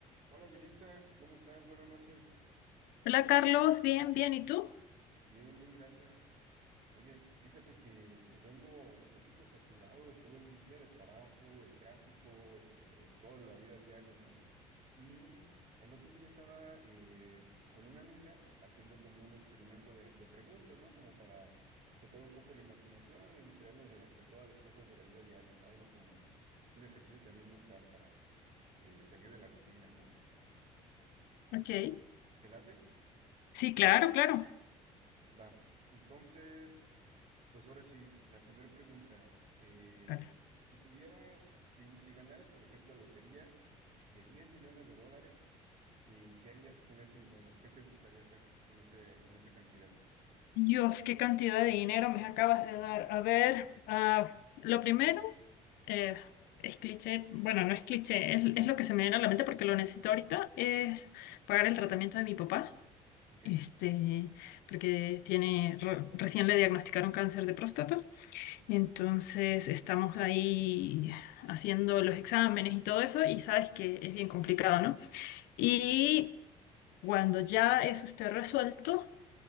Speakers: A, on the right (about 50°); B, on the left (about 75°).
A: Hola Yelitza, ¿cómo estás? Buenas noches.
B: Hola Carlos, bien, bien, ¿y tú?
A: Bien, bien, gracias. Oye, fíjate que pues vengo un poquito saturado de todo el día de trabajo, el tráfico, este, toda la vida diaria, ¿no? Y el otro día estaba eh, pues con una amiga haciendo como un experimento de, de preguntas, ¿no? Como para tratar un poco la imaginación y distraernos de, de todas las cosas de la vida diaria, ¿no? Algo como un ejercicio también mental para eh, salir de la rutina, ¿no?
B: Ok.
A: ¿Te late?
B: Sí, claro, claro.
A: Va. Entonces... Pues ahora sí, la primera pregunta. eh,
B: Claro.
A: si tuvieras, si, si ganaras, por ejemplo, la lotería de 10 millones de dólares, eh, ¿qué harías con ese dinero? ¿Qué te gustaría hacer con ese, con esa cantidad?
B: Dios, qué cantidad de dinero me acabas de dar. A ver, ah, lo primero eh, es cliché, bueno, no es cliché, es, es lo que se me viene a la mente porque lo necesito ahorita, es
A: ¿No?
B: pagar el tratamiento de mi papá,
A: ¿Ok?
B: este, porque tiene, re- recién le diagnosticaron cáncer de próstata,
A: ok.
B: entonces estamos ahí haciendo los exámenes y todo eso y sabes que es bien complicado, ¿no? Y Cuando ya eso esté resuelto,